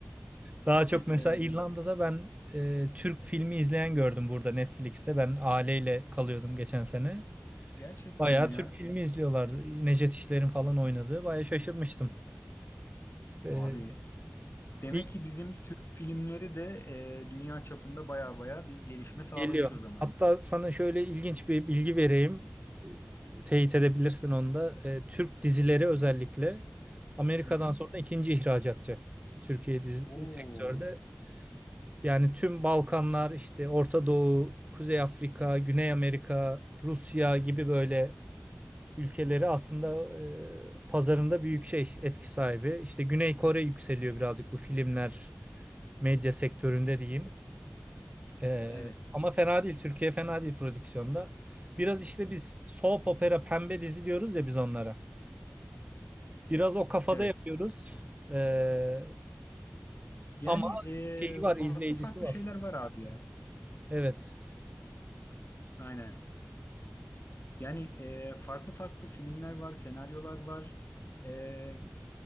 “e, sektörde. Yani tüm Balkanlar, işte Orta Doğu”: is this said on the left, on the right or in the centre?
Right